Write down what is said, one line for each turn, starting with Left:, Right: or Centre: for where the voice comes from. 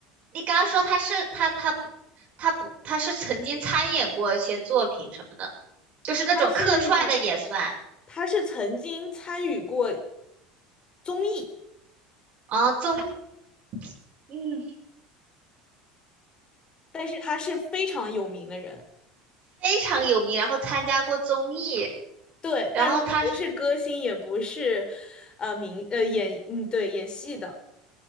Right: 你刚刚说他是他他不他不他是曾经参演过一些作品什么的，就是那种客串的也算
Left: 他是他是曾经参与过综艺，
Right: 啊，综艺嗯
Left: 但是他是非常有名的人。
Right: 非常有名，然后参加过综艺，
Left: 对，
Right: 然后他是
Left: 但他不是歌星，也不是，呃，明呃演嗯对演戏的。